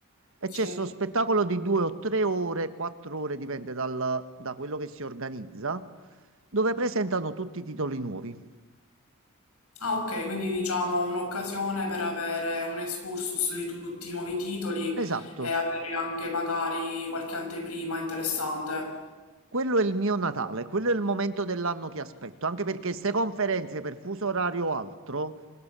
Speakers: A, on the right (about 60°); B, on the left (about 85°).
A: e
B: sì.
A: c'è questo spettacolo di due o tre ore, quattro ore, dipende dal- da quello che si organizza, dove presentano tutti i titoli nuovi.
B: Ah, ok, quindi diciamo un'occasione per avere un excursus di tutti i nuovi titoli
A: Esatto.
B: e avere anche magari qualche anteprima interessante.
A: Quello è il mio Natale, quello è il momento dell'anno che aspetto, anche perché queste conferenze per fuso orario o altro,